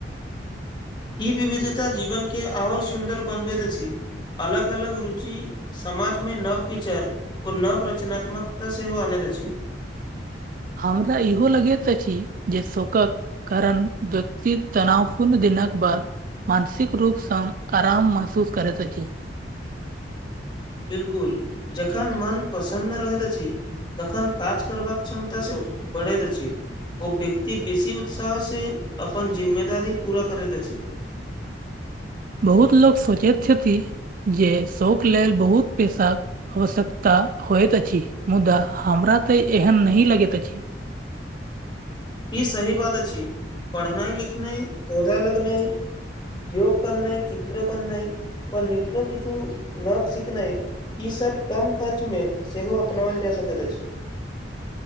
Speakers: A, on the left; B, on the right.
A: ई विविधता जीवनके आओर सुन्दर बनबैत अछि। अलग अलग रुचि समाजमे नव विचर ओ नव रचनात्मकता सेहो आनैत अछि।
B: हमरा इहो लगैत अछि। जे शोकक करण व्यक्ति तनापूर्ण दिनक बा मानसिक रूपसँ आराम महसूस करैत अछि।
A: बिलकुल जखन मन प्रसन्न रहैत अछि। तखन काज करबाक क्षमता सेहो बढ़ैत अछि। ओ व्यक्ति बेसी उत्साहसे अपन जिम्मेदारी पूरा करैत अछि।
B: बहुत लोक सोचैत छथि। जे शोक लेल बहुत पेशा होश्यकता होइत अछि। मुदा हमरा तऽ एहन नहि लगैत अछि।
A: ई सही बात अछि। पढ़नाइ लिखनाइ पौधा लगनाइ योग करनाइ चित्र बननाइ व नित्य किछु नव सीखनाइ। ईसभ कम खर्चमे सेहो अपनाओल जा सकैत अछि।